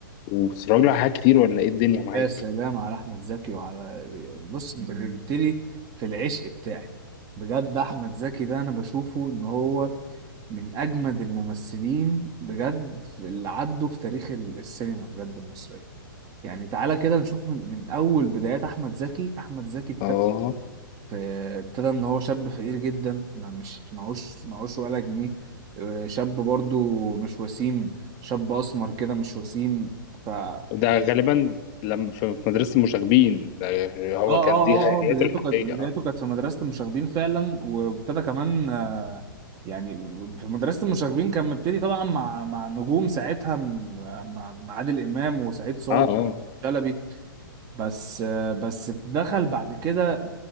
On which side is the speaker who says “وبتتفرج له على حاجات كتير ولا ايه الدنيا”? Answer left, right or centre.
Left